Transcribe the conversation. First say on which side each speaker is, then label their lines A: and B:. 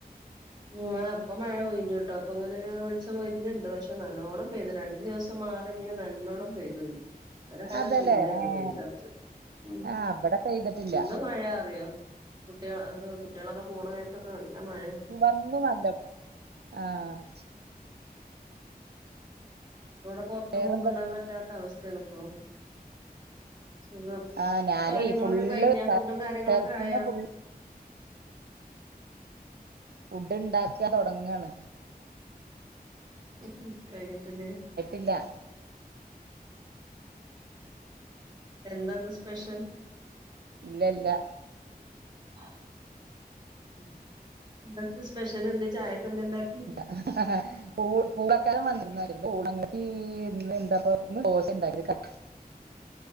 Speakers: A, on the right; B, on the right.
A: ഉംഅപ്പൊ മഴ പെഴിഞ്ഞു കേട്ടോ. അപ്പൊ അങ്ങനെ ഒരു വെളിച്ചം വരുന്നുണ്ട് പക്ഷെ നല്ലവണം പെയ്തു രണ്ട് ദിവസം മാറിയിങ്ങനെ നല്ലോണം പെയ്തു. അതിന്റെ നല്ല
B: അതല്ലേ
A: ചൂടായിരുന്നു
B: ഏഹ്
A: വെയിലുറച്ച് ഉം
B: ആഹ് ഇബടെ പെയ്തിട്ടില്ല
A: എന്ത് മഴ അറിയാവോ? കുട്ടിക അത് കു കുട്ടികളൊക്കെ പോണ നേരത്തൊക്കെ നല്ല മഴയ
B: ഒന്നും നല്ല ആഹ്
A: ഇവിടെ പുറത്തൊന്നും
B: വേറെന്തൊക്കെ
A: ഒന്നും ഇടാൻ പറ്റാത്ത അവസ്ഥയാണ് ഇപ്പോളും. സുഖം.
B: ആഹ് ഞാനേ
A: കാര്യങ്ങളൊക്കെ
B: ഫുള്ള്
A: കഴിഞ്ഞോ? ഫുഡും കാര്യങ്ങളൊക്കെ
B: ടെറസ്മ്മെ
A: ആയോ?
B: ഫുള്ള് ഫുഡ് ണ്ടാക്കാൻ തുടങ്ങാണ്.
A: ഉം ഹു കഴിഞ്ഞിട്ടില്ലേ?
B: ഇല്ല
A: എന്താ ഇന്ന് സ്പെഷ്യൽ?
B: ഇല്ലില്ല.
A: <inaudible> എന്തെക്കെ സ്പെഷ്യല് ചായക്ക് എന്തുണ്ടാക്കി?
B: ആ ഹ ഹ <unintelligible>